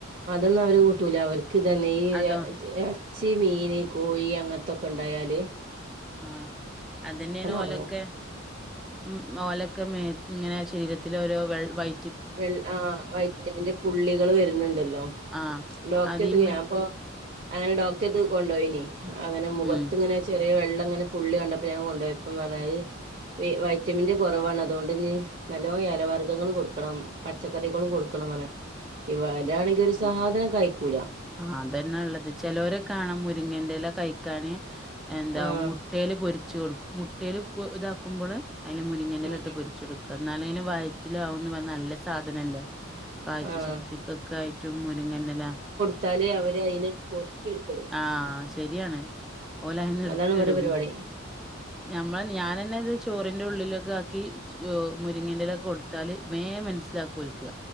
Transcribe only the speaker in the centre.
അതോ
ആഹ് അതന്നെയാണ് ഓലൊക്കെ
ഉം ഓലൊക്കെ മേ ഇങ്ങനെ ശരീരത്തിലോരോ വെൾ വൈ
ആഹ്
അതീ മുരി
ഉം
അതന്നെള്ളത് ചിലോരെ കാണാം മുരിങ്ങന്റെല കഴിക്കാന് എന്താ
മുട്ട മുട്ടേല് പൊരിച്ച് കൊടുക്കു മുട്ടേല് ഇതാക്കുമ്പോള് അയില് മുരിങ്ങൻ്റെല
ഇട്ട്
പൊരിച്ചൊടുക്കും എന്നാലെലും വയറ്റിലവുന്നറഞ്ഞ് നല്ല സാധനല്ലേ കാഴ്ച
ശക്തിക്കൊക്കയായിറ്റും മുരിങ്ങൻ്റെല
ആഹ് ശെരിയാണ് ഓലയിന്ന് എടുത്തിടും
ഞമ്മള് ഞാനന്നെ ഇത് ചോറിന്റെ ഉള്ളിലൊക്കെ ആക്കി മുരിങ്ങേന്റെല കൊടു ത്താല് വേ മനസ്സിലാക്കോൽക്ക്